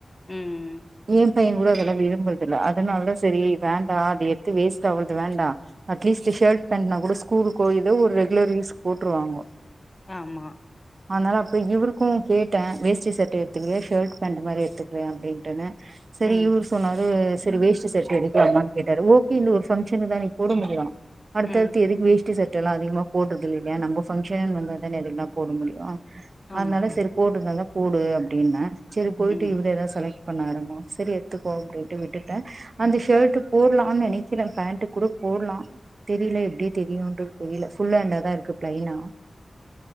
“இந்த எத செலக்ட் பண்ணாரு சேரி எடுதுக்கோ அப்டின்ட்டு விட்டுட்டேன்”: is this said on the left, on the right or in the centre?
Right